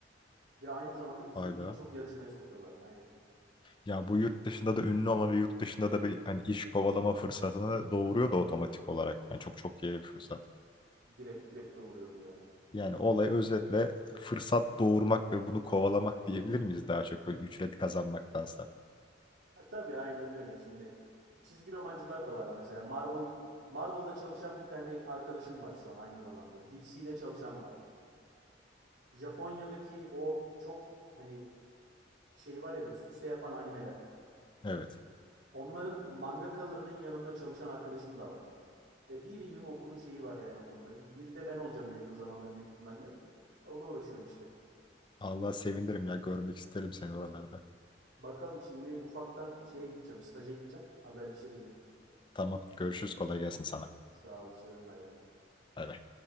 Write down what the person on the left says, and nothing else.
Vay
be.
Ya bu yurt dışında da ünlü olma ve yurt dışında da bir hani iş kovalama fırsatını doğuruyor da otomatik olarak. Yani çok çok iyi bir fırsat.
Yani olay özetle fırsat doğurmak ve bunu kovalamak diyebilir miyiz daha çok böyle ücret kazanmaktansa?
Evet.
Allah sevindirim ya görmek isterim seni oralarda.
Tamam görüşürüz kolay gelsin sana.
Bay bay.